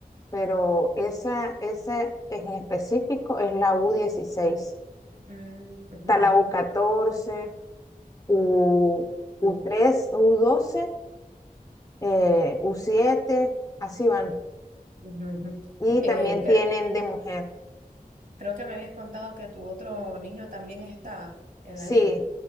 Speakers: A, on the left; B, on the right.
A: pero esa, esa en específico es la u dieciséis
B: Mm, ujú,
A: Está la U14, U, catorce u
B: ujú,
A: u 3 u doce eh, u siete así van.
B: ujú,
A: Y
B: ujú. Eh,
A: también
B: cre-
A: tienen de mujer.
B: creo que me habías contado que tu otro niño también está en
A: Sí,
B: la liga.